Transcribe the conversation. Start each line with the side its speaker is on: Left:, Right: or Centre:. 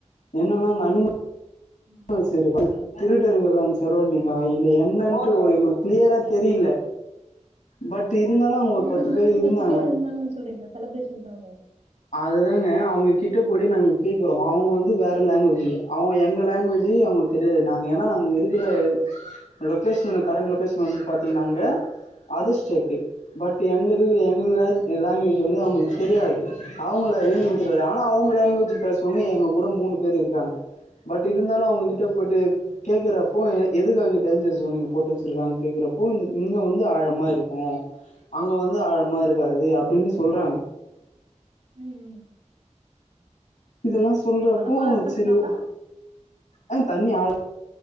Left: என்னன்னா அங்க அனிமல்
Right: ம்.
Left: ஆ செரிதா திருடர்கள் அந்த சரௌண்டிங்கா இல்ல என்னென்ட்டு எங்களுக்கு கிளியரா தெரில பட் இருந்தாலும் அங்க ஒரு
Right: உங்களுக்கு
Left: பத்து
Right: முன்னாடி
Left: பேர் இருந்தாங்க
Right: பத்து பேர் இருந்தாங்கன்னு சொல்றீங்க செலிபிரேஷன் டைம்
Left: அதுதாங்க அவுங்க கிட்ட போய்ட்டு நாங்க கேட்குறோ அவுங்க வந்து வேற லேங்குவேஜ் அவுங்க எங்க லேங்குவேஜு அவுங்களுக்கு தெரியாது நாங்க ஏனா நாங்க இருக்கிற லொக்கேஷன் கரண்ட் லொக்கேஷன் வந்து பாத்தீங்கன்னா அங்க அதர் ஸ்டேட்டு பட் எங்க இரு எங்க லேங்குவேஜ் வந்து அவுங்களுக்கு தெரியாது அவுங்கள எழுந்து நிக்கறாரு ஆனா அவுங்க லேங்குவேஜ் பேசுறவங்க எங்க கூட மூணு பேரு இருக்கிறாகாங்க பட் இருந்தாலு அவுங்க கிட்ட போயிட்டு கேக்குறப்போ எ எதுக்காக டேஞ்சர்ஸ் சோன் நீங்க போட்டு வெச்சிருக்காங்கன் கேக்குறப்போ இங்க வந்து ஆழமா இருக்கு அங்க வந்து ஆழமா இருக்காது அப்டின்னு சொல்றாங்க
Right: ம்
Left: இதெல்லா சொல்றப்போ
Right: ஆழமா இருக்கிறதுனால
Left: செரி
Right: தான்
Left: அ தண்ணி ஆழ